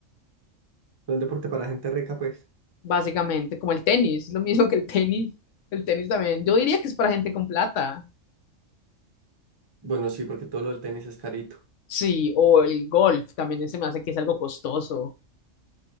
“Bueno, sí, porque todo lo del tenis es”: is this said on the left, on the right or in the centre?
Right